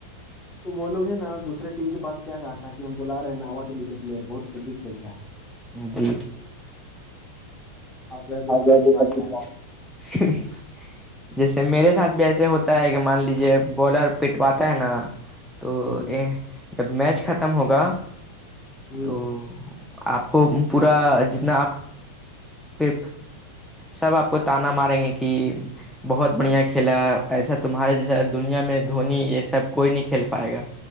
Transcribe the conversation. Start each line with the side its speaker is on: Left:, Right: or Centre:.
Left: وہ لوگ ہیں نا دوسرے ٹیم کے پاس کیا کہا تھا کہ ہم بلا رہے ہیں ناوٹولی سے پلیئر بہت ہیوی کھیلتا ہے
Centre: جی
Left: آپ گئے
Centre: ھھھھھا
Left: تو سب پٹوا کے آ گئے
Centre: جیسے میرے ساتھ بھی ایسے ہوتا ہے کہ مان لیجے بالر پٹواتا ہے نا تو
Left: ہ
Centre: جب میچ ختم ہوگا
Left: ہ
Centre: تو آپ کو پورا جتنا آپ پہ سب آپ کو تانا ماریں گے کہ بہت بڑھیا کھیلا ایسا تمہارے جیسا دنیا میں دھونی یہ سب کوئی نہیں کھیل پائے گا